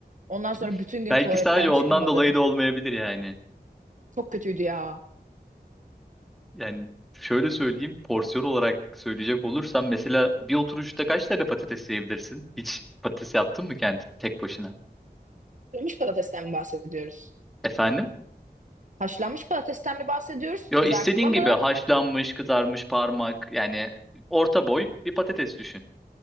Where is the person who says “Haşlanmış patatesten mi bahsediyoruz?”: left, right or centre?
Right